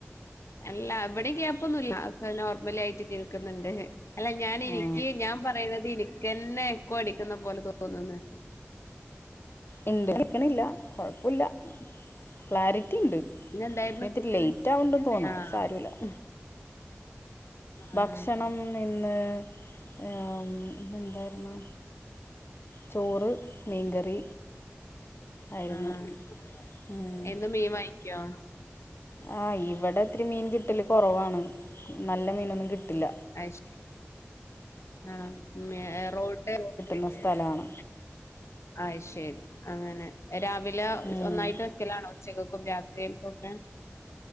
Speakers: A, on the left (about 80°); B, on the left (about 55°).
A: അല്ല ഇവിടേം ഗ്യാപ്പൊന്നുല്ല നോർമലായിട്ട് കേൾക്കുന്നുണ്ട് അല്ല ഞാനിനിക്ക്
B: ആ
A: ഞാൻ പറയണത് ഇനിക്കന്നെ എക്കോ അടിക്കുന്ന പോലെ തോന്നുന്നുണ്ട്
B: ഇന്റെ അടിക്കണില്ല കൊഴപ്പല്ല ക്ലാരിറ്റിണ്ട് പിന്നെ
A: ഇന്നെന്തായിരുന്നു
B: ഇത്തിരി
A: ഫുഡിന്
B: ലേറ്റ് ആവ്ണ്ട്ന്ന് തോന്നാ
A: ആഹ്
B: അത് സാരോല്ല <inaudible>
A: ആഹ്
B: ഭക്ഷണം ഇന്ന് എം ഇന്നെന്തായിരുന്നു ചോറ്, മീൻകറി ആയിരുന്നു
A: ആണൊ
B: ഉം.
A: എന്നും മീൻ വാങ്ങിയ്ക്കോ
B: ആഹ് ഇവടെ ഇത്തിരി മീൻ കിട്ടല് കൊറവാണ് നല്ല മീനൊന്നും കിട്ടില്ല
A: അയ്ശെരി ആ ഉം റോഡ് <inaudible>
B: ന്ന സ്ഥലാണ്.
A: അയ് ശെരി അങ്ങനെ രാവിലെ
B: ഉം.
A: ഒന്നായിട്ട് വെക്കലാണോ? ഉച്ചക്കെക്കും രാത്രിൽക്കൊക്കെ?